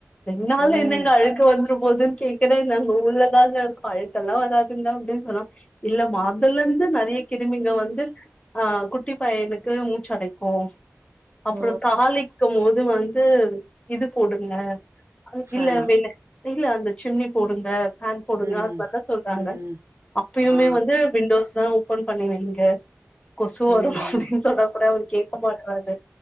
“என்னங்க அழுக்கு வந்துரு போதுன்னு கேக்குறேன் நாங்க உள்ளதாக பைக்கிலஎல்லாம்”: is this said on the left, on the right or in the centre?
Left